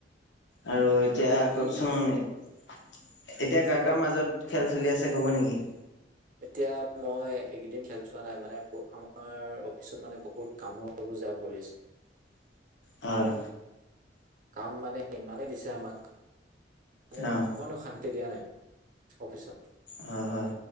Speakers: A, on the left; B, on the right.
A: আৰু এতিয়া
B: বাকী
A: কওঁকচোন, এত- এতিয়া কাৰ
B: কওক
A: কাৰ মাজত খেল চলি আছে, ক'ব নেকি?
B: এতিয়া মই এইকেইদিন খেল চোৱা নাই, মানে আমাৰ অফিচত মানে বহুত কামৰ বোজা পৰিছে।
A: হয়।
B: কাম মানে ইমানেই দিছে আমাক। মানে
A: অ',
B: অকণো শান্তি দিয়া নাই, অফিচত।
A: হয়- হয়।